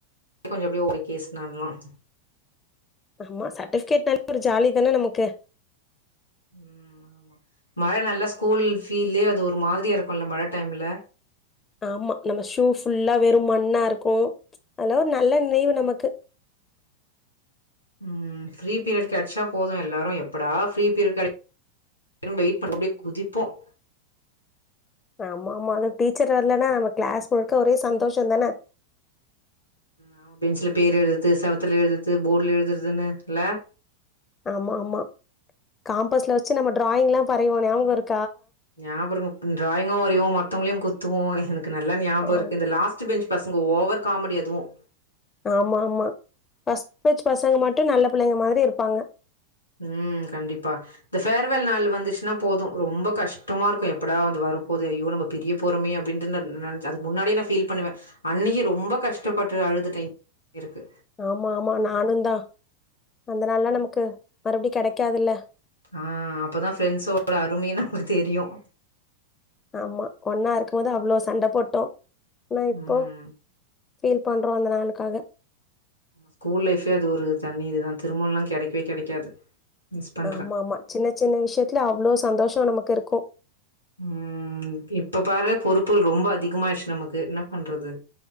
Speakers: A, on the left; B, on the left.
A: கொஞ்சம் அப்படியே ஒரு கேஸ் நான்லாம்
B: ஆமா சர்ட்டிபிகேட் நல்ல ஒரு ஜாலி தானே நமக்கு
A: உம் ஆமா மழ நல்லா ஸ்கூல் ஃபீல்யே அது ஒரு மாதிரியா இருக்கும்ல்ல மழ டைம்ல
B: ஆமா நம்ம ஷூ ஃபுல்லா வெறும் மண்ணா இருக்கும் அதல்லாம் ஒரு நல்ல நினைவு நமக்கு
A: ம் ஃப்ரீ பீரியட கிச்சா போதும் எல்லாரும் எப்படா ஃப்ரீ பீரியட வெயிட் பண்ணி குதிப்போம்
B: ஆமா ஆமா அதுக்கு டீச்சர் வரலன்னா நம்ம கிளாஸ் முழுக்க ஒரே சந்தோஷம் தானே
A: ஆ பெஞ்சுல பேர் எழுது செவத்துல எழுது போர்டுல எழுதுறதுன்னு இல்ல
B: ஆமா ஆமா காம்பஸ்ல வச்சு நம்ம டிராயிங் எல்லாம் வரைவோம்ல நியாபகம் இருக்கா
A: ஞாபம் இருக்கு டிராயிங்கும் வரைவோம் மத்தவங்களையும் குத்து கத்துவம் எனக்கு நல்லா ஞாபம்
B: ஆ
A: இருக்கு இந்த லாஸ்ட் பெஞ்ச் பசங்க ஓவர் காமெடி அதுவும்
B: ஆமா ஆமா பஸ்ட் பேஜ் பசங்க மட்டும் நல்ல புள்ளைங்க மாரி இருப்பாங்க
A: ம் கண்டிப்பா இந்த ஃபேர்வெல் நாள் வந்துச்சுன்னா போதும் ரொம்ப கஷ்டமா இருக்கும் எப்படா வந்து வரபோது ஐயோ நம்ம பெரிய போறமே அப்டின்ட்டு ந நின அதுக்கு முன்னாடியே நான் ஃபீல் பண்ணுவேன் அன்னைக்கு ரொம்ப கஷ்டப்பட்டு அழுது ட்டேன் இருக்கு
B: ஆமா ஆமா நானும் தான் அந்த நாள்ல்லாம் நமக்கு மறுபடி க கெடைக்காதுல்ல
A: ஆ அப்தான் ஃப்ரெண்ட்ஸோட அருமையே நமளுக்கு தெரியும்
B: ஆமா ஒன்னா இருக்கும் போது அவ்ளோ சண்ட போட்டோம் நான் இப்போ
A: ம்.
B: ஃபீல் பண்றோம் அந்த நாளுக்காக
A: ஸ்கூல் லைஃபே அது ஒரு தண்ணி இதுதான் திருமலாம் கெடைக்கவே கெடைக்காது மிஸ் பண்றே
B: ஆமா ஆமா சின்ன சின்ன விஷயத்துல அவ்வளவு சந்தோஷம் நமக்கு இருக்கு இருக்கும்
A: உம் இப்ப பாரு பொறுப்புகள் ரொம்ப அதிகமாய்டுச்சு நமக்கு என்ன பண்றது